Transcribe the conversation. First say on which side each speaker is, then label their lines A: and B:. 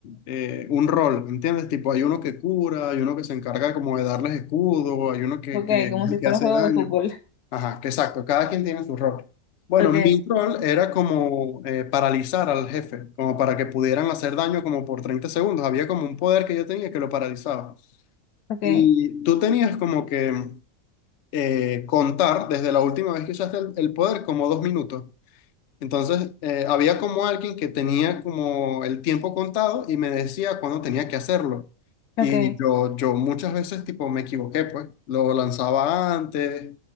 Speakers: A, on the left (about 60°); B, on the left (about 85°).
A: eh, un rol, ¿entiendes? Tipo, hay uno que cura, hay uno que se encarga como de darles escudo, hay uno que,
B: ok,
A: que es
B: como
A: el
B: si fuera
A: que hace
B: un juego
A: daño.
B: de fútbol. <laughs>
A: Ajá, que exacto, cada quien tiene su rol. Bueno,
B: Ok,
A: mi rol era como eh, paralizar al jefe, como para que pudieran hacer daño como por 30 segundos. Había como un poder que yo tenía que lo paralizaba.
B: ok,
A: Y tú tenías como que eh, contar desde la última vez que usaste el, el poder como dos minutos. Entonces, eh, había como alguien que tenía como el tiempo contado y me decía cuándo tenía que hacerlo.
B: ok,
A: Y yo, yo muchas veces tipo me equivoqué, pues lo lanzaba antes